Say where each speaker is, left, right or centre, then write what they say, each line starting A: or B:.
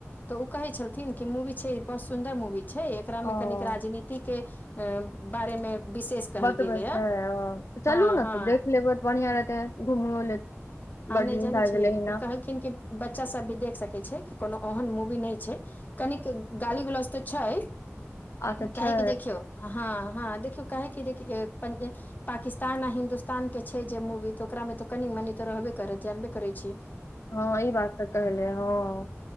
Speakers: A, on the left; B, on the left.
A: तऽ ओ कहे छलथिन कि मूवी छै, बहुत सुन्दर मूवी छै। एकरा मे
B: ओ
A: कनिक राजनीति के बारेमे विशेष कहल
B: बतबै
A: गेलै
B: छै
A: ह
B: ओ तऽ चलू
A: हँ
B: ने
A: हँ
B: तऽ देख लेबै तऽ बढ़िआँ रहतै घूमो ल
A: आ
B: बड्डिन
A: नहि जानै
B: भै
A: छियै
B: गेल <unintelligible>
A: कहलखिन बच्चा सब भी देख सकै छै कि कोनो ओहन मूवी नहि छै कनिक गाली ग्लाज तऽ छै
B: अच्छा छै
A: काहेकि देखियौ हँ हँ देखियौ कहै कि देख पाकिस्तान आ हिन्दुस्तान के छै जे मूवी तऽ ओकरामे तऽ कनि मने तऽ रहबै कर जानबे करै छी
B: हँ ई बात तऽ कहले हँ